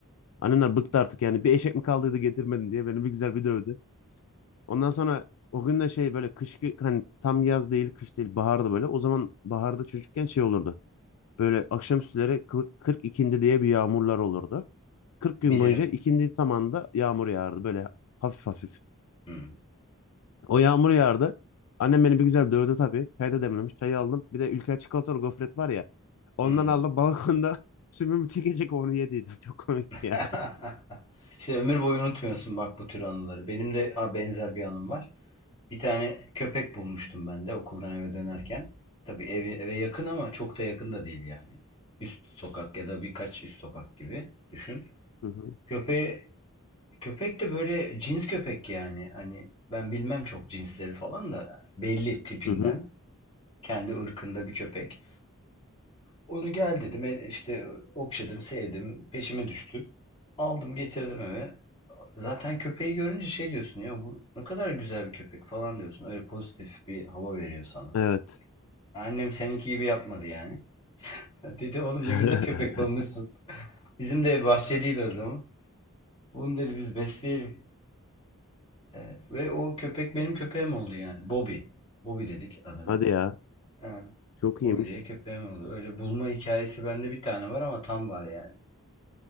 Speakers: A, on the left (about 70°); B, on the left (about 25°).
A: Annemler bıktı artık yani bir eşek mi kaldıydı getirmedin diye beni bir güzel bir dövdü. Ondan sonra o gün de şey böyle kış gü- hani tam yaz değil kış değil baharda böyle. O zaman baharda çocukken şey olurdu. Böyle akşamüstleri kırk 40 ikindi diye bir yağmurlar olurdu. kırk gün
B: Bilirim.
A: boyunca ikindi zamanında yağmur yağardı böyle hafif hafif.
B: Hmm.
A: O yağmur yağardı. Annem beni bir güzel dövdü tabii. Çay da demlemiş. Çayı aldım. Bir de Ülker çikolatalı gofret var ya. Ondan
B: Hmm.
A: aldım balkonda <laughs> sümüm çekecek onu yediydim. Çok komik
B: <laughs>
A: ya.
B: İşte ömür boyu unutmuyorsun bak bu tür anıları. Benim de a, benzer bir anım var. Bir tane köpek bulmuştum ben de okuldan eve dönerken. Tabii evi, eve yakın ama çok da yakın da değil yani. Üst sokak ya da birkaç üst sokak gibi düşün.
A: Hı hı.
B: Köpeği, köpek de böyle cins köpek yani. Hani ben bilmem çok cinsleri falan da belli tipinden.
A: Hı hı.
B: Kendi ırkında bir köpek. Onu gel dedim e, işte okşadım sevdim peşime düştü. Aldım getirdim eve. Zaten köpeği görünce şey diyorsun ya bu ne kadar güzel bir köpek falan diyorsun. Öyle pozitif bir hava veriyor sana.
A: Evet.
B: Annem seninki gibi yapmadı yani. <laughs> Dedi oğlum
A: <laughs>
B: ne güzel köpek bulmuşsun. Bizim de bahçeliydi o zaman. Bunu dedi biz besleyelim. Ee, ve o köpek benim köpeğim oldu yani. Bobby. Bobby dedik adına.
A: Hadi ya.
B: He,
A: Çok
B: Bobby
A: iyiymiş.
B: diye köpeğim oldu. Öyle bulma hikayesi bende bir tane var ama tam var yani.